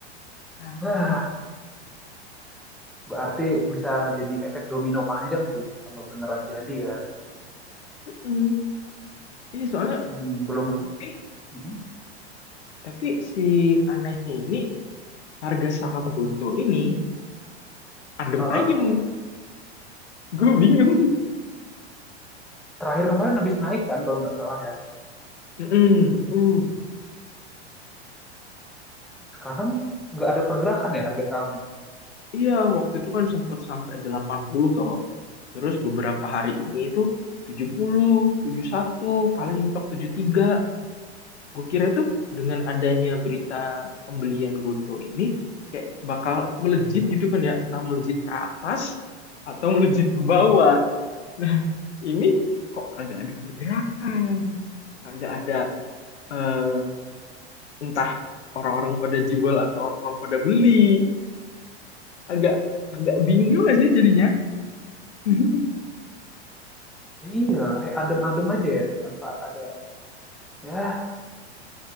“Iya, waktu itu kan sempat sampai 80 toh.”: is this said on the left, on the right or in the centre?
Left